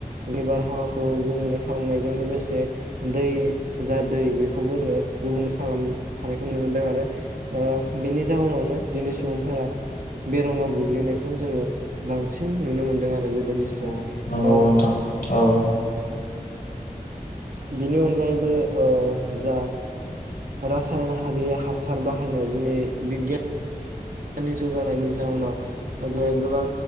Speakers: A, on the right (about 70°); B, on the left (about 80°).
A: बे बारहावाखौ गुबुंले खालामनायजों लोगोसे दै जा दै बेखौबो जोङो गुबुं खालामफानायखौ नुनो मोनदों आरो ओ बेनि जाउनावनो दिनै सुबुंफोरा बेरामाव गोग्लैनायखौ जोङो बांसिन नुनो मोनदों आरो गोदोनिस्राय
B: नोंगौ नोंगौ
A: ओ
B: नोंथां औ <inaudible>
A: बिनि अनगायैबो ओ जा रासायन हारि हासार बाहायनाय दिनै बिगियान गोननि जौगानायनि जाउनाव गोबां